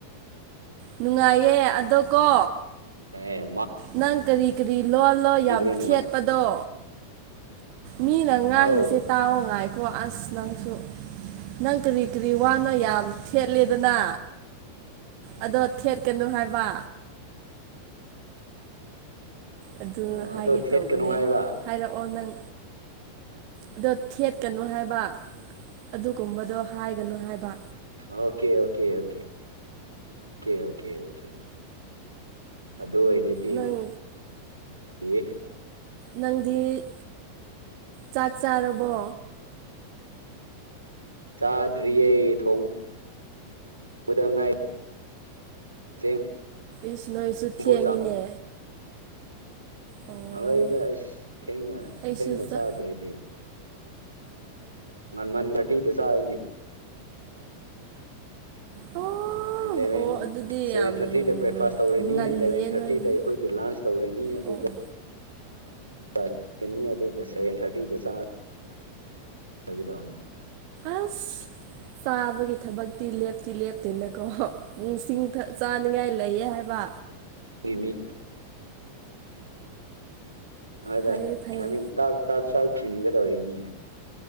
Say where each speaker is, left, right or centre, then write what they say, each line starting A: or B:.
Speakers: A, on the right; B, on the right.
A: ꯅꯨꯡꯉꯥꯏꯌꯦ ꯑꯗꯣ ꯀꯣ
B: ꯍ
A: ꯅꯪ ꯀꯔꯤ ꯀꯔꯤ ꯂꯣꯜꯂꯣ
B: ꯊꯤꯕ꯭ꯔꯣ
A: ꯌꯥꯝ
B: ꯅꯨꯡꯉꯥꯏ
A: ꯊꯦꯠꯄꯗꯣ ꯃꯤꯅ ꯉꯥꯡꯉꯤꯁꯦ
B: ꯑꯧ
A: ꯇꯥꯎꯑꯣ ꯉꯥꯏꯈꯣ ꯑꯁ ꯅꯪꯁꯨ ꯅꯪ ꯀꯔꯤ ꯀꯔꯤ ꯋꯥꯅꯣ ꯌꯥꯝ ꯊꯦꯠꯂꯦꯗꯅ ꯑꯗꯣ ꯊꯦꯠꯀꯅꯨ ꯍꯥꯏꯕ ꯑꯗꯨ
B: ꯑꯣ
A: ꯍꯥꯏꯒꯦ
B: ꯑꯗꯣ ꯊꯦꯠꯀꯅꯨ
A: ꯇꯧꯕꯅꯦ
B: ꯍꯥꯏꯕ
A: ꯍꯥꯏꯔꯛꯑꯣ ꯅꯪ ꯑꯗꯣ ꯊꯦꯠꯀꯅꯨ ꯍꯥꯏꯕ ꯑꯗꯨꯒꯨꯝꯕꯗꯣ ꯍꯥꯏꯒꯅꯨ ꯍꯥꯏꯕ
B: okay okay okay okay okay ꯑꯗꯨ ꯑꯣꯏꯔꯗꯤ
A: ꯅꯪ
B: ꯌꯦ
A: ꯅꯪꯗꯤ ꯆꯥꯛ ꯆꯥꯔꯕꯣ
B: ꯆꯥꯗꯔꯤꯌꯦ ꯊꯣꯡ ꯎꯗꯉꯥꯏ ꯆꯦꯡ
A: ꯏꯁꯁꯨ ꯅꯣꯏꯁꯨ ꯊꯦꯡꯉꯤꯅꯦ
B: ꯐꯥꯎ
A: ꯑꯣ
B: ꯍꯣꯏꯗ ꯑꯩꯁ ꯊꯦꯡꯅ
A: ꯑꯩꯁꯨ
B: ꯊꯦꯡꯅ
A: ꯆꯥ
B: ꯆꯥꯗ꯭ꯔꯗꯤ ꯉꯟꯃꯟ ꯇꯤꯗ ꯆꯅꯦ
A: ꯑꯣ
B: ꯏꯂꯚꯦꯟ
A: ꯑꯣ ꯑꯗꯨꯗꯤ ꯌꯥꯝ
B: ꯁꯚꯦꯟ ꯊꯥꯔꯇꯤꯗ ꯕ꯭ꯔꯦꯛꯐꯥꯁ ꯇꯧꯔꯅꯤ
A: ꯉꯜꯂꯤꯌꯦ
B: ꯑꯦꯂꯚꯦꯟ
A: ꯅꯣꯏꯗꯤ
B: ꯊꯥꯔꯇꯤꯗ ꯑꯩꯈꯣꯏꯒꯤ ꯂꯥꯟꯁ ꯇꯧꯔꯅꯤ ꯑꯗꯨꯒ
A: ꯑꯣ
B: ꯆꯥꯀꯅꯤ ꯑꯗꯨꯒ ꯁꯚꯦꯟ ꯊꯥꯔꯇꯤꯗ ꯆꯥꯔ ꯁꯗꯅꯤ
A: ꯑꯁ ꯆꯥꯕ ꯊꯕꯛꯇꯤ ꯂꯦꯞꯇꯤ ꯂꯦꯞꯇꯦꯅꯀꯣꯁꯤꯡ ꯆꯥꯅꯤꯡꯉꯥꯏ ꯂꯩꯌꯦ ꯍꯥꯏꯕ
B: ꯅꯪꯒꯤ ꯃꯤ ꯍꯥꯏ
A: ꯐꯩꯌꯦ ꯐꯩꯌꯦ
B: ꯇꯃꯤꯥꯛ ꯁꯥꯛ ꯏꯟꯒꯗꯧꯔꯤꯅꯤꯅꯦ